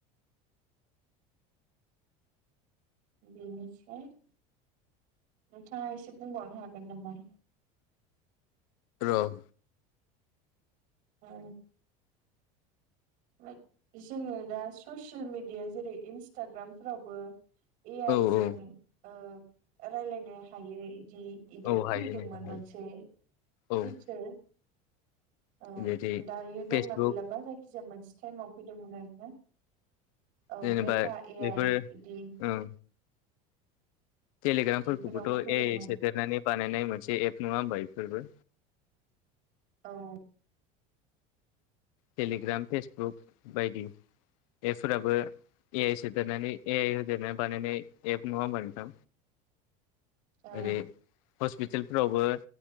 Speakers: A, on the right; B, on the left.
A: बेनिफ्राय नोंथाङा एसे बुंबावनो हागोन नामा?
B: र'
A: औ <unintelligible> जोङो दा ससियेल मेडिया जेरै इन्सटाग्रामफोरावबो ए आइ
B: औ
A: जों
B: औ
A: ओ रायलायनो हायो इदि बिदि
B: औ हायो
A: फैदोंमोन
B: नोंथां हायो
A: मोनसे
B: औ
A: फिच्चार औ
B: जेरै
A: दायो
B: फेसबुक
A: दंना गैलाबा जायखिजाया मोनसे टाइमाव फैदोंमोन आरोना। औ
B: जेनेबा
A: मेथा ए
B: बेफोरो
A: आइ बिदि
B: ओं टेलिग्रामफोरखौबोथ'
A: इफोरावबो फैदोंमोन
B: ए सोदेरनानै बानायनाय मोनसे एप नङा होमबा इफोरबो।
A: औ
B: टेलिग्राम फेसबुक बायदि एपफोराबो ए आइ सोदेरनानै ए आइ होदेरना बानायनाय एप नङा होनबा नोंथां।
A: औ
B: ओरै हस्पितालफोरावबो